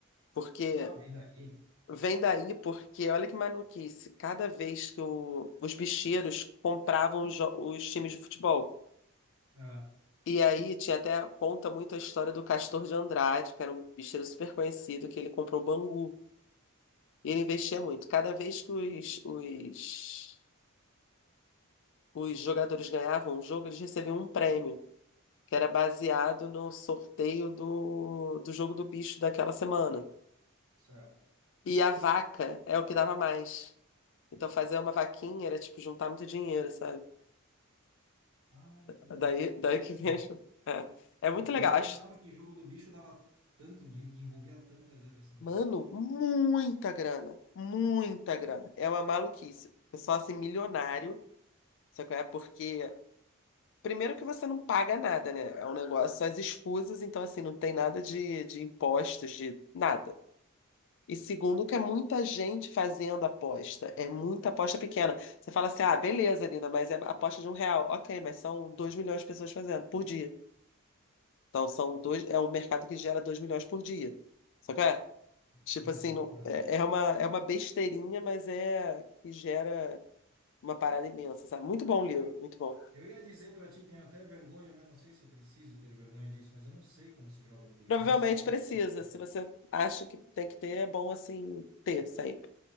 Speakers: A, on the left (about 60°); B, on the right (about 70°).
A: Porque
B: Ah, vem daí.
A: Vem daí porque, olha que maluquice, cada vez que o- os bicheiros compravam os, jo- os times de futebol.
B: Aham,
A: E aí tinha até, conta muito a história do Castor de Andrade, que era um bicheiro super conhecido, que ele comprou o Bangu. E ele investia muito. Cada vez que os, os, os jogadores ganhavam um jogo, eles recebiam um prêmio, que era baseado no sorteio do, do jogo do bicho daquela semana.
B: certo.
A: E a vaca é o que dava mais. Então fazer uma vaquinha era tipo juntar muito dinheiro, sabe?
B: Ah, que da
A: É, daí,
B: hora. Eu,
A: daí
B: assim,
A: que vem. as- É, é muito legal.
B: eu não imaginava
A: As-
B: que jogo do bicho dava tanto dinheiro, que envolvia tanta grana esse negócio.
A: Mano, muita grana. Muita grana. É uma maluquice. Pessoal assim, milionário. Sabe qual é? Porque. Primeiro que você não paga nada, né? É um negócio, só as escusas, então assim, não tem nada de, de impostos, de nada. E segundo que é muita gente fazendo aposta. É muita aposta pequena. Você fala assim, ah, beleza, Lina mas é aposta de um real. Ok, mas são dois milhões de pessoas fazendo por dia. Então são dois, é um mercado que gera 2 milhões por dia. Só que é, tipo
B: Imagina.
A: assim, não,
B: Aham.
A: é, é uma, é uma besteirinha, mas é que gera uma parada imensa, sabe? Muito bom o livro,
B: Eu,
A: muito bom.
B: eu ia dizer pra ti, tenho até vergonha, mas não sei se eu preciso ter vergonha disso, mas eu não sei como se joga no bicho,
A: Provavelmente
B: eu não sei sobre
A: precisa,
B: o que que é.
A: se você acha que tem que ter, é bom assim ter sempre.